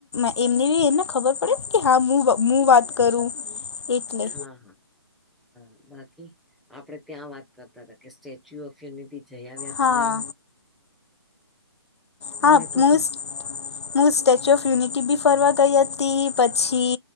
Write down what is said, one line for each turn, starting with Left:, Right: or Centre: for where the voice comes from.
Left: એમને એમને ખબર પડેને કે હા હું વાત કરું. એટલે
Centre: હા હા હા બાકી આપડે ત્યાં વાત કરતા હતા કે સ્ટેચ્યુ ઓફ યુનિટી જઈ આવ્યા
Left: હા,
Centre: તમે.
Left: હા
Centre: અમે તો
Left: મું હું સ્ટેચ્યુ ઓફ યુનિટી બી ફરવા ગઈ હતી પછી.